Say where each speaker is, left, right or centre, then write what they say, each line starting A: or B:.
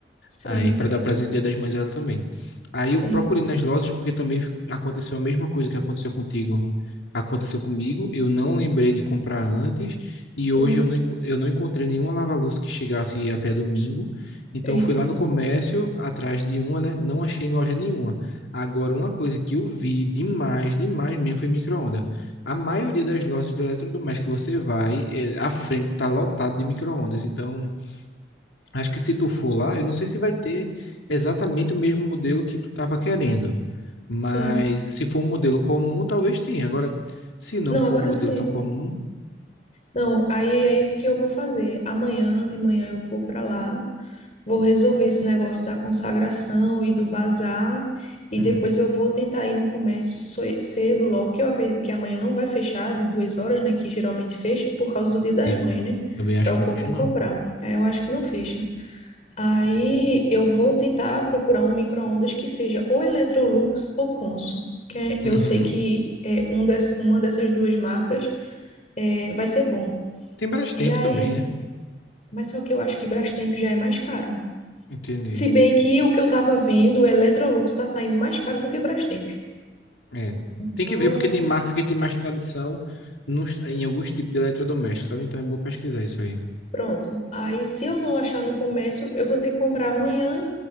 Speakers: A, on the left (about 40°); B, on the left (about 75°).
A: Sim.
B: Aí para dar presente dia das mães a ela também. Aí
A: Sim.
B: eu procurei nas lojas porque também aconteceu a mesma coisa que aconteceu contigo. Aconteceu comigo, eu não lembrei de comprar antes e hoje
A: Hum,
B: eu não, enco- eu não encontrei nenhuma lava-louça que chegasse até domingo. Então
A: eita,
B: eu fui lá no comércio atrás de uma, né? Não achei em loja nenhuma. Agora, uma coisa que eu vi demais, demais mesmo foi micro-onda. A maioria das lojas de eletrodoméstico que você vai, é, a frente está lotada de micro-ondas. Então, Acho que se tu for lá, eu não sei se vai ter exatamente o mesmo modelo que tu estava querendo, mas
A: sim.
B: se for um modelo comum, talvez tenha. Agora, se não
A: Não,
B: for
A: agora
B: um modelo
A: sim.
B: tão comum,
A: Não, aí é isso que eu vou fazer. Amanhã de manhã eu vou para lá, vou resolver esse negócio da consagração e do bazar, e
B: hum,
A: depois eu vou tentar ir no comércio soe- cedo, logo, que eu acredito que amanhã não vai fechar de duas horas, né? Que geralmente fecha por causa do Dia das
B: é,
A: Mães, né?
B: também
A: Para
B: acho que
A: o
B: não
A: povo
B: fecha
A: ir comprar.
B: não.
A: Aí eu acho que não fecha. Aí eu vou tentar procurar um micro-ondas que seja ou Electrolux ou Consul, que é-
B: Uhum.
A: eu sei que é um dess- uma dessas duas marcas é, vai ser bom.
B: Tem Brastemp
A: E aí,
B: também, né?
A: mas só que eu acho que Brastemp já é mais caro.
B: Entendi.
A: Se bem que o que eu tava vendo, o Electrolux está saindo mais caro do que Brastemp.
B: É,
A: Então,
B: tem que ver porque tem marca que tem mais tradição nos- em alguns tipos de eletrodomésticos, sabe? Então é bom pesquisar isso aí.
A: pronto. Aí, se eu não achar no comércio, eu vou ter que comprar amanhã